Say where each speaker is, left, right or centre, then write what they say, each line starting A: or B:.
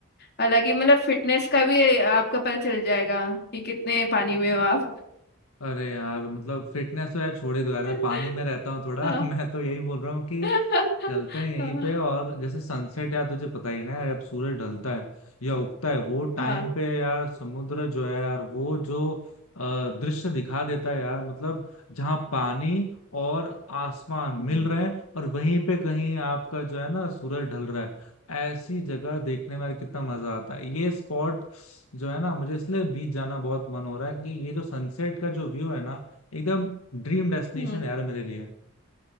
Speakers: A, on the left (about 50°); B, on the left (about 75°).
A: हालांकि मतलब फिटनेस का भी आपका पता चल जाएगा कि कितने पानी में हो आप
B: अरे यार मतलब फिटनेस तो यार छोड़ ही दो यार मैं
A: <laughs>
B: पानी में रहता हूँ थोड़ा
A: हाँ
B: <laughs> मैं तो यही बोल रहा हूँ कि
A: <laughs>
B: चलते हैं यहीं
A: हाँ हाँ
B: पे और जैसे सनसेट यार तुझे पता ही है ना यार अब सूरज ढलता है या उगता है वो टाइम
A: हाँ,
B: पे यार समुद्र जो है यार वो जो अ, दृश्य दिखा देता है यार मतलब जहाँ पानी और आसमान मिल
A: हम्म
B: रहे हैं और वहीं पे कहीं आपका जो है ना सूरज ढल रहा है ऐसी जगह देखने में यार कितना मजा आता है ये स्पॉट जो है ना मुझे इसलिए बीच जाना बहुत मन हो रहा है कि ये जो सनसेट का जो व्यू है ना एकदम ड्रीम डेस्टिनेशन
A: हम्म
B: है यार मेरे लिए